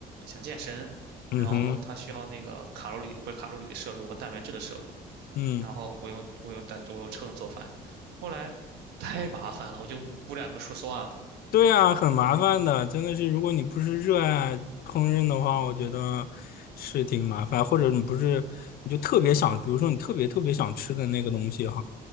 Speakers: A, on the right; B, on the left.
A: 想健身，
B: 嗯哼，
A: 然后它需要那个卡路里不是卡路里的摄入和蛋白质的摄入，
B: 嗯。
A: 然后我用我用蛋我用秤做饭，后来太麻烦了，我就估两个数算了。
B: 对啊，很麻烦的，真的是，如果你不是热爱烹饪的话，我觉得是挺麻烦，或者你不是，你就特别想，比如说你特别特别想吃的那个东西哈，